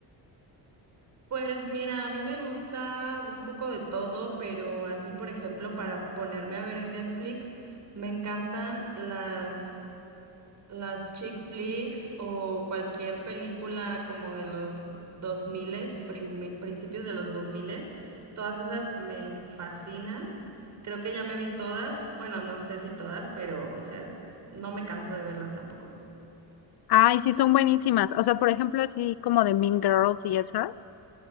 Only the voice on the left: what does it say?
Ay, sí, son buenísimas. O sea, por ejemplo, así como de Mean Girls y esas.